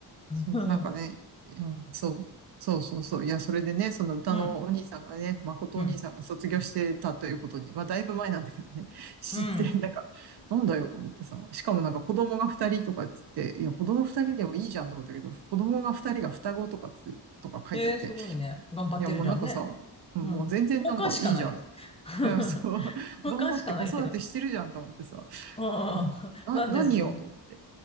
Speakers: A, on the left; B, on the right.
A: <laughs>
B: そう、なんかね、いや、そう。そうそうそう。いや、それでね、その歌のお兄さんがね、
A: うん、うん、
B: 誠お兄さんが卒業してたということに、
A: うん、
B: まあ、だいぶ前なんだけどね、<laughs> 知って、
A: うん。
B: なんか、なんだよと思ってさ、しかもなんか子供が二人とかっつって、いや、子供二人でもいいじゃんと思ったけど、子供が二人が双子とかつ、とか書いてあって、
A: えー、すごいね。頑張ってるじゃんね。
B: いや、もうなんかさ、うんもう全然なんかいいじゃん。
A: うん。交換しかないよ。<laughs>
B: うん、そう。<laughs>
A: 交換しかないけど。
B: 頑張って子育てしてるじゃんと思ってさ、
A: うんうんうん、
B: うんな、
A: なんでそんな、
B: 何をと思って。